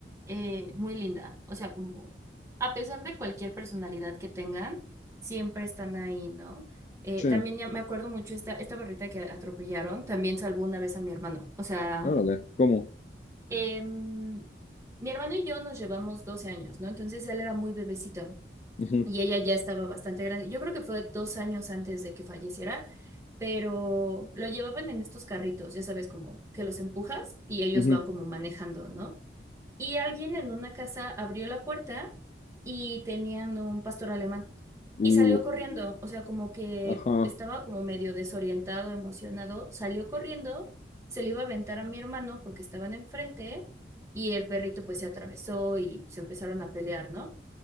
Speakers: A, on the right (about 15°); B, on the left (about 40°).
A: eh, muy linda. O sea, como a pesar de cualquier personalidad que tengan, siempre están ahí, ¿no? Eh,
B: Sí,
A: también ya me acuerdo mucho esta, esta perrita que atropellaron, también salvó una vez a mi hermano. O sea,
B: órale, ¿cómo?
A: em, mi hermano y yo nos llevamos 12 años, ¿no? Entonces él era muy bebecito
B: Ujú,
A: y ella ya estaba bastante grande. Yo creo que fue dos años antes de que falleciera pero lo llevaban en estos carritos, ya sabes, como que los empujas y ellos
B: ujú.
A: van como manejando, ¿no? Y alguien en una casa abrió la puerta y tenían un pastor alemán
B: Uh,
A: y salió corriendo, o sea, como que
B: ajá,
A: estaba como medio desorientado, emocionado, salió corriendo, se le iba a aventar a mi hermano porque estaban enfrente y el perrito pues se atravesó y se empezaron a pelear, ¿no?